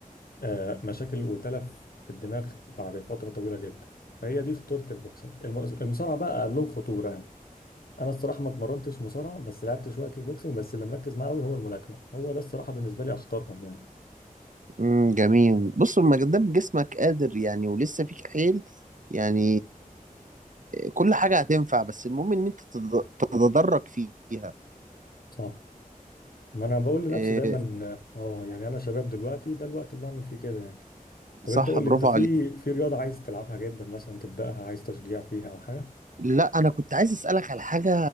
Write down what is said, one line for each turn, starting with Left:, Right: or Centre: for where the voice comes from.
Left: آه، مشاكل وتلف في الدماغ بعد فترة طويلة جدا فهي دي خطورة البوكسنج الم- المصارعة بقى اقل لهم خطورة يعني انا الصراحة ما اتمرنتش مصارعة بس لعبت شوية كيك بوكسنج بس اللي مركز معاه قوي هو الملاكمة هو ده الصراحة بالنسبة لي اخطرهم يعني
Right: مم، جميل بص ما دام جسمك قادر يعني ولسه فيك حيل يعني كل حاجه هتنفع بس المهم ان انت تتد- تتدرج فيها
Left: صح ما انا بقول لنفسي
Right: إيه،
Left: دايما اه يعني انا شباب دلوقتي ده الوقت اللي اعمل فيه كده يعني طب
Right: صح
Left: انت قول
Right: برافو
Left: لي انت في
Right: عليك
Left: في رياضه عايز تلعبها جدا مثلا تبداها عايز تشجيع فيها او حاجه
Right: لا انا كنت عايز اسالك على حاجه